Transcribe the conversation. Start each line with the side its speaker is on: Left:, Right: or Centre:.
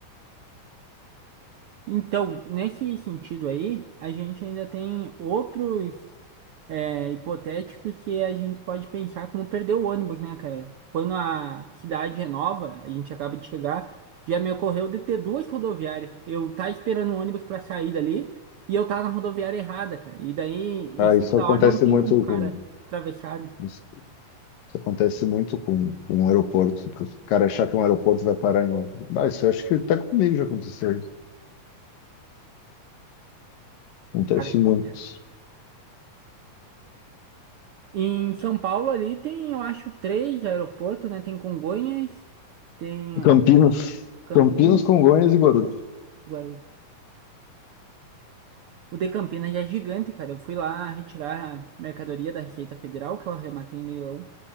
Right: Então, nesse sentido aí, a gente ainda tem outros é, hipotéticos que a gente pode pensar como perder o ônibus, né, cara? Quando a cidade é nova, a gente acaba de chegar, já me ocorreu de ter duas rodoviárias. Eu tá esperando o ônibus pra sair dali e eu tava na rodoviária errada, cara. E daí, em
Left: Ah,
Right: cima
Left: isso
Right: da
Left: acontece
Right: hora, não tem
Left: muito
Right: como o cara
Left: com.
Right: atravessar, né? O
Left: Isso, isso acontece muito com, com um aeroporto. que O cara achar que é um aeroporto e vai parar em outro. Ah, isso eu acho que até comigo já aconteceu. Acontece
Right: cara se
Left: muito.
Right: aperta. Em São Paulo ali tem, eu acho, três aeroportos, né? Tem Congonhas, tem
Left: Campinas.
Right: o Campinas.
Left: Campinas, Congonhas e Guarulhos.
Right: Guarulhos. O de Campinas já é gigante, cara. Eu fui lá retirar a mercadoria da Receita Federal, que eu arrematei em leilão.